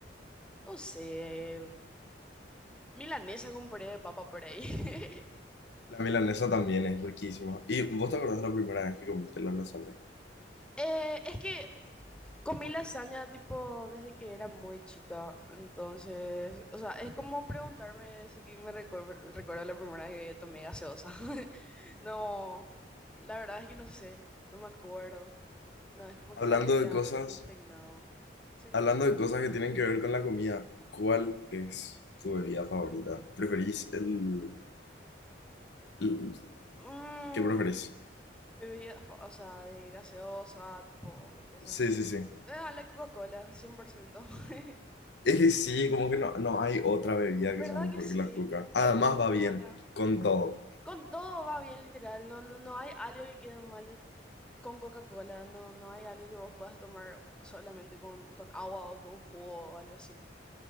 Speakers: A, in the centre; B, on the left.
A: no sé, milanesa con puré de papa por ahí. <laughs>
B: La milanesa también es riquísima. ¿Y vos te acordás de la primera vez que comiste la lasaña?
A: Eh, es que comí lasaña tipo desde que era muy chica, entonces, o sea, es como preguntarme si que me recuer- recuerdo la primera vez que tomé gaseosa. <laughs> No, la verdad es que no sé, no me acuerdo. No, es como
B: Hablando
A: que se haya quedado
B: de cosas,
A: impregnado. Sí.
B: hablando de cosas que tienen que ver con la comida, ¿cuál es tu bebida favorita? ¿Preferís el, el-
A: Mm,
B: ¿qué preferís?
A: bebida, fa- o sea, de gaseosa, tipo, cosas
B: Sí,
A: así.
B: sí, sí.
A: Ah, la Coca-Cola, cien por ciento <laughs>
B: Es que sí, como que no, no hay otra bebida
A: ¿Verdad
B: que sea mejor
A: que sí?
B: que la coca.
A: La
B: Además
A: Coca-Cola.
B: va bien con todo.
A: Con todo va bien, literal. No, no, no hay algo que quede mal con Coca-Cola. No, no hay algo que vos puedas tomar solamente con, con agua o con jugo o algo así.